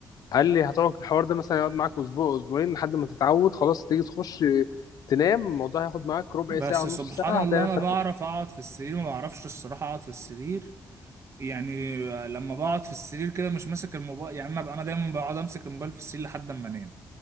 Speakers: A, on the left; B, on the right.
A: قال لي هتقعد الحوار ده مثلا يقعد معاك اسبوع اسبوعين لحد ما تتعود خلاص تيجي تخش آه، تنام الموضوع هياخد معاك ربع
B: بس
A: ساعه نص
B: سبحان
A: ساعه
B: الله
A: هتعرف
B: انا بعرف اقعد في السرير ما بعرفش الصراحه اقعد في السرير يعني لما بقعد في السرير كده مش ماسك الموبايل يعني انا بقى انا دايما بقعد امسك الموبايل في السرير لحد اما انام